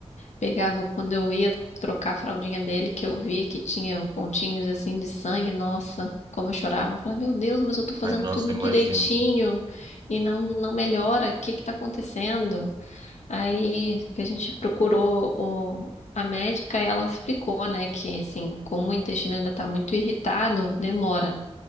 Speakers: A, on the left (about 85°); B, on the right (about 35°).
A: Pegava quando eu ia trocar a fraldinha dele, que eu via que tinha pontinhos assim de sangue. Nossa, como eu chorava. Eu falava, meu Deus, mas eu tô fazendo
B: Ai, nossa,
A: tudo
B: eu imagino.
A: direitinho e não não melhora. O que que tá acontecendo? Aí que a gente procurou o, a médica, e ela explicou, né, que assim, como o intestino ainda está muito irritado, demora.